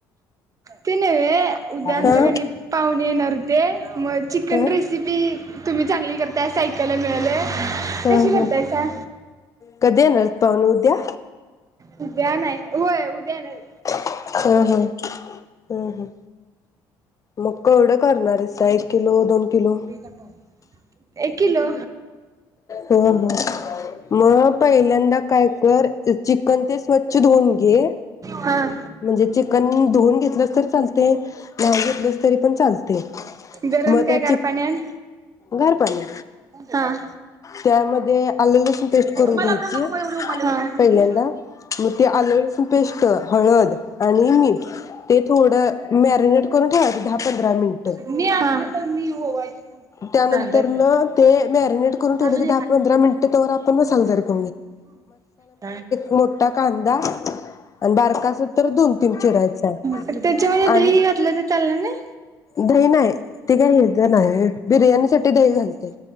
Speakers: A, on the right; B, on the left.
A: ते नवे उद्या
B: हा
A: आमच्या घरी पाहुणे येणार होते. मग चिकन
B: हा हा
A: रेसिपी तुम्ही चांगली करताय अस ऐकायला मिळालंय.
B: हा
A: कशी करतायसा?
B: हा. कधी येणार आहेत पाहुणे उद्या
A: उद्या नाही, होय उद्या येणारीत.
B: हं-हं हं-हं, मग केवढं करणारीसा एक किलो दोन किलो
A: बे कटव एक किलो
B: हं-हं, म पहिल्यांदा काय कर, चिकन ते स्वच्छ धुऊन घे
A: हा.
B: म्हणजे चिकन न् धुऊन घेतलंस तरी चालतंय, नाय घेतलस तरी पण चालतंय.
A: गरम
B: मग
A: काय
B: त्याची
A: गार पाण्यान?
B: गार पाणी.
A: हां
B: त्यामध्ये आलं लसुण पेस्ट करून
A: मला
B: घ्यायची
A: गरम नको एवढं उमाले काय माहिती.
B: पहिल्यांदा, म ती आलं लसुण पेस्ट हळ ळद आणि मीठ ते थोडं मॅरीनेट करून ठेवायचं दहा पंधरा मिनटं,
A: मी असलं तर मी ओवायचे थांबते.
B: त्यानंतरनं
A: सांगायचं कोणाला?
B: ते मॅरीनेट ठेवलं
A: आता अजून
B: की दहा पंधरा मिनिट तोवर आपण मसाला तयार कर
A: <unintelligible>
B: मोठा कांदा आणि बारका असल तर दोन तीन चिरायचा
A: त्यांच्यामध्ये दही
B: आणि
A: घातलं तर चालणार नाई?
B: दही नाही ते काय हेज नाही बिर्याणीसाठी दही घालत्यात.